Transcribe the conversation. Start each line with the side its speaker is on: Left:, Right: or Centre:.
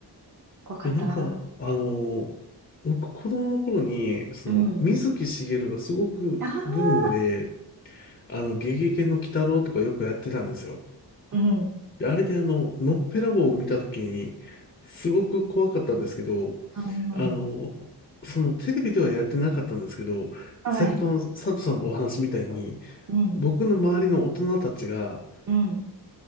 Right: 怖かったな。
Left: やなんか、あの、僕子供の頃に、その、
Right: うん。
Left: 水木しげるがすごくブームで、
Right: ああ、
Left: あの、ゲゲゲの鬼太郎とかよくやってたんですよ。
Right: うん。
Left: であれであの、のっぺらぼうを見た時に、すごく怖かったんですけど、
Right: あ
Left: あの、そのテレビではやってなかったんですけど、
Right: あ、
Left: 先ほどの佐藤さんのお話みたいに、
Right: はい。うん、
Left: 僕の周りの大人たちが、
Right: うん、